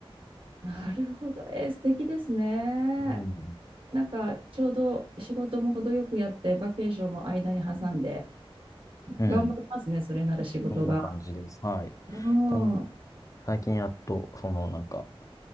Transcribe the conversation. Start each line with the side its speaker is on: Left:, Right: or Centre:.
Right: なるほど。えー素敵ですね。
Left: うん。
Right: なんかちょうど仕事も程よくやって、バケーションも間に挟んで、
Left: うん。
Right: 頑張りますね、それなら仕事が。
Left: そんな感じです。はい。
Right: うん。
Left: だな最近やっと、そのなんか、